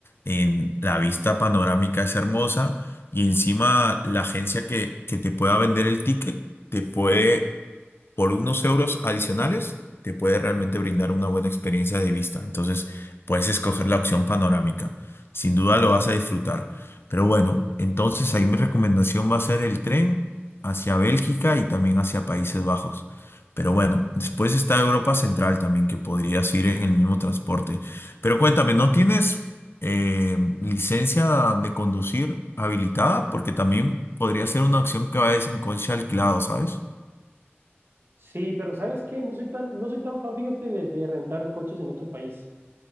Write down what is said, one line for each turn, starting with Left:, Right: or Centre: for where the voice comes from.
Left: en la vista panorámica es hermosa. Y encima la agencia que, que te pueda vender el ticket te puede, por unos euros adicionales, te puede realmente brindar una buena experiencia de vista. Entonces puedes escoger la opción panorámica. Sin duda lo vas a disfrutar. Pero bueno, entonces ahí mi recomendación va a ser el tren hacia Bélgica y también hacia Países Bajos. Pero bueno, después está Europa Central también, que podrías ir en el mismo transporte. Pero cuéntame, ¿no tienes eh, licencia de conducir habilitada, porque también podría ser una acción que vaya en coche alquilado, ¿sabes?
Right: Sí, pero ¿sabes qué? No soy tan, no soy tan fan, fíjate, de, de rentar coches en otro país.